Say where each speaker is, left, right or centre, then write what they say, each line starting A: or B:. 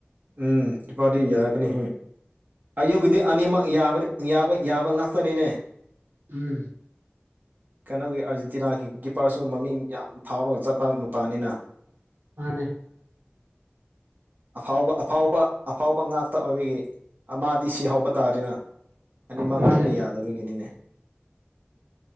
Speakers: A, on the right; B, on the right.
A: ꯑꯝ ꯏꯄꯥꯗꯤ ꯌꯥꯏꯕꯅꯤ ꯑꯌꯨꯛꯒꯤꯗꯤ ꯑꯅꯤꯃꯛ ꯌꯥ ꯌꯥꯕ ꯌꯥꯕ ꯉꯥꯛꯇꯅꯤꯅꯦ꯫
B: ꯎꯝ
A: ꯀꯩꯅꯣꯒꯤ ꯑꯔꯖꯦꯟꯇꯤꯅꯥꯒꯤ ꯀꯤꯞꯄꯔꯁꯨ ꯃꯃꯤꯡ ꯌꯥꯝ ꯐꯥꯎꯔꯒ ꯆꯠꯄ ꯅꯨꯄꯥꯅꯤꯅꯥ
B: ꯃꯥꯅꯦ꯫
A: ꯑꯐꯥꯎꯕ ꯑꯐꯥꯎꯕ ꯑꯐꯥꯎꯕ ꯉꯥꯛꯇ ꯑꯣꯏꯕꯒꯤ ꯑꯃ ꯗꯤ ꯁꯤ ꯍꯧꯕ ꯇꯥꯔꯦꯅ ꯑꯅꯤꯃꯛ
B: ꯃꯥꯅꯦ
A: ꯉꯝꯕ ꯌꯥꯗꯕꯒꯤꯅꯤꯅꯦ꯫